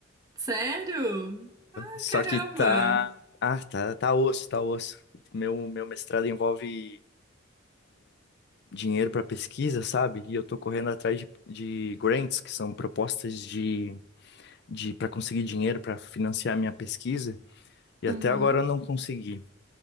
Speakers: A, on the right; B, on the left.
A: Sério? Ah,
B: Só
A: caramba!
B: que tá. Ah, tá, tá osso, tá osso. Meu, meu mestrado envolve dinheiro para pesquisa, sabe? E eu tô correndo atrás de, de grants, que são propostas de, de para conseguir dinheiro para financiar a minha pesquisa. E até
A: Uhum.
B: agora eu não consegui.